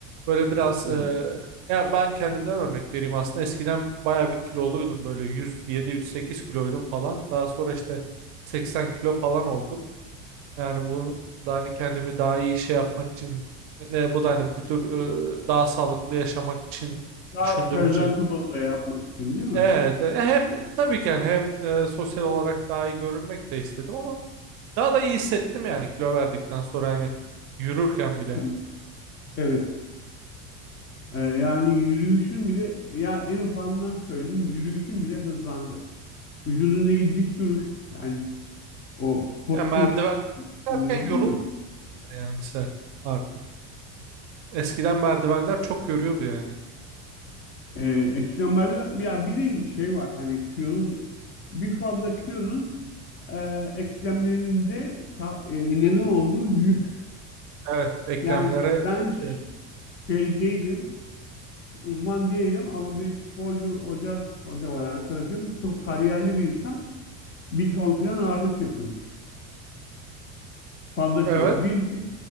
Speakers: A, on the right; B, on the left.
A: böyle biraz
B: Hı
A: e,
B: hı.
A: yani ben kendimden örnek vereyim aslında eskiden baya bir kiloluydum böyle 107-108 kiloydum falan daha sonra işte 80 kilo falan oldum. Yani bu da hani kendimi daha iyi şey yapmak için ne bu da hani bir tür e, daha sağlıklı yaşamak için
B: Daha
A: düşündüğüm
B: presentable
A: için
B: da yapmak için değil mi?
A: Evet, e, hem tabii ki yani hem e, sosyal olarak daha iyi görünmek de istedim ama daha da iyi hissettim yani kilo verdikten sonra hani yürürken bile.
B: Hı. Evet. Ee, yani yürüyüşün bile ya en ufandan söyleyeyim yürüyüşün bile hızlandı. Vücudundaki dik duruş yani o postür
A: Yani merdiven çıkarken
B: dinliyoruz
A: yorulmuyor
B: değil mi?
A: yani misal artık. Eskiden merdivenler çok yoruyordu yani.
B: Ee, E, eskiden merdiven ya bir de şey var hani kilonun bir fazla kilonun e, eklemlerinde sa- e, neden olduğu yük.
A: Evet, eklemlere
B: Yani ben
A: çok şey.
B: şey değilim, uzman değilim ama bir sporcu hoca hoca var arkadaşım çok kariyerli bir insan. Bir ton falan ağırlık yapıyormuş. Fazla
A: Evet,
B: kilo. Bir, bir,